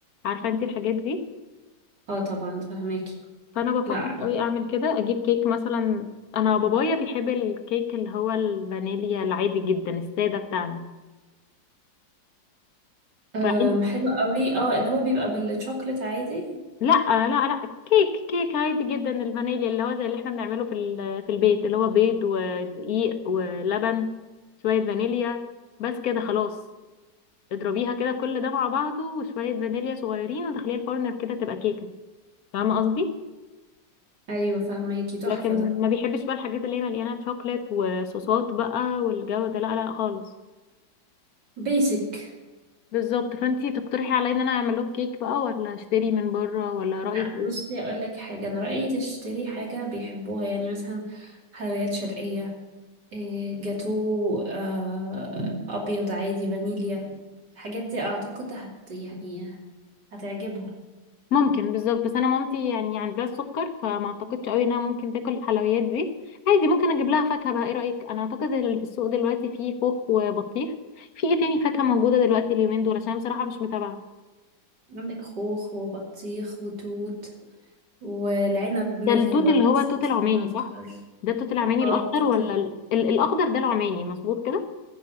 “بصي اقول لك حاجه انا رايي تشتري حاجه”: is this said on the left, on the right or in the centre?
Right